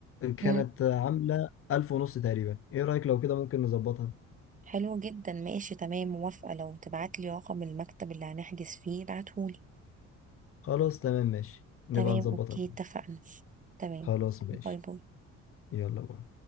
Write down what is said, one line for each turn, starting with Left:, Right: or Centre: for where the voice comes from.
Left: كانت
Right: مم.
Left: آه، عامله الف ونص تقريبا ايه رايك لو كده ممكن نظبطها
Right: حلو جدا ماشي تمام موافقه لو تبعت لي رقم المكتب اللي هنحجز فيه ابعتهولي
Left: خلاص تمام ماشي نبقى
Right: تمام
Left: نظبطها
Right: اوكي اتفقنا تمام
Left: خلاص ماشي
Right: باي باي
Left: يلا بقى